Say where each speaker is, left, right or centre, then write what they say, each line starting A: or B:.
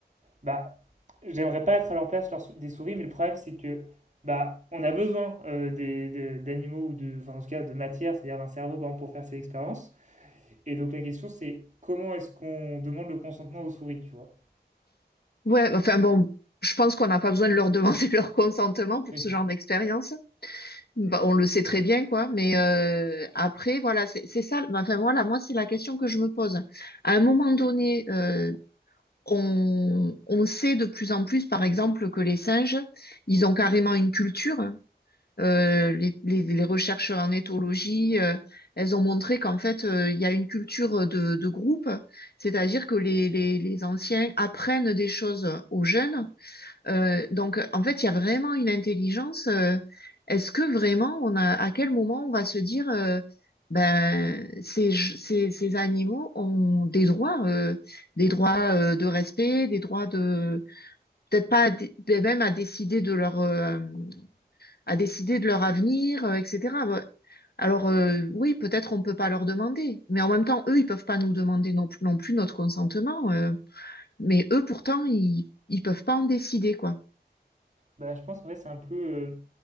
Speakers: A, on the right; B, on the left.
A: bah, j'aimerais pas être à leur place leur sou- des souris, mais le problème, c'est que bah, on a besoin euh, des, de- d'animaux ou de, enfin, en tout cas, de matière, c'est-à-dire d'un cerveau, par exemple, pour faire ces expériences. Et donc, la question, c'est comment est-ce qu'on demande le consentement aux souris, tu vois?
B: ouais. Enfin bon, je pense qu'on n'a pas besoin de leur demander <laughs> leur consentement pour
A: Oui.
B: ce genre d'expérience. Bah, on le sait très bien, quoi. Mais euh, après, voilà, c'est c'est ça. bah, Enfin, voilà, moi, c'est la question que je me pose. À un moment donné, euh, on, on sait de plus en plus, par exemple, que les singes, ils ont carrément une culture. Euh, les, les, les recherches en éthologie, euh, elles ont montré qu'en fait, euh, il y a une culture de, de groupe, c'est-à-dire que les, les, les anciens apprennent des choses aux jeunes euh, donc, en fait, il y a vraiment une intelligence. euh, est-ce que vraiment, on a, à quel moment on va se dire, euh, ben, ces, ces, ces animaux ont des droits, euh, des droits euh, de respect, des droits de, peut-être pas, à dé- ben, même à décider de leur, euh, à décider de leur avenir, euh, etc. Ben, Alors, euh, oui, peut-être on peut pas leur demander, mais en même temps, eux, ils peuvent pas nous demander non plus, non plus notre consentement. euh, mais eux, pourtant, ils, ils peuvent pas en décider, quoi.
A: Bah, je pense en fait c'est un peu euh,